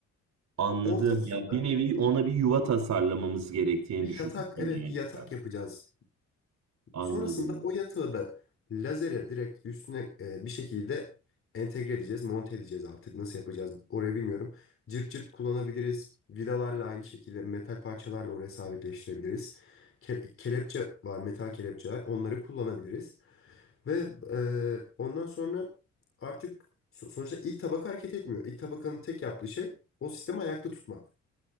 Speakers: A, on the right (about 60°); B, on the left (about 45°).
A: Anladım.
B: Ortasından
A: Ya bir nevi ona bir yuva tasarlamamız gerektiğini
B: bir
A: düşünüyorsun
B: yatak,
A: yani
B: evet bir yatak
A: sen.
B: yapacağız.
A: Anladım.
B: Sonrasında o yatağı da lazere direkt üstüne e, bir şekilde entegre edeceğiz, monte edeceğiz artık. Nasıl yapacağız orayı bilmiyorum. Cırt cırt kullanabiliriz. Vidalarla aynı şekilde metal parçalarla oraya sabitleştirebiliriz. Ke- kelepçe var, metal kelepçeler. Onları kullanabiliriz. Ve e, ondan sonra artık so- sonuçta ilk tabaka hareket etmiyor. İlk tabakanın tek yaptığı şey o sistemi ayakta tutmak.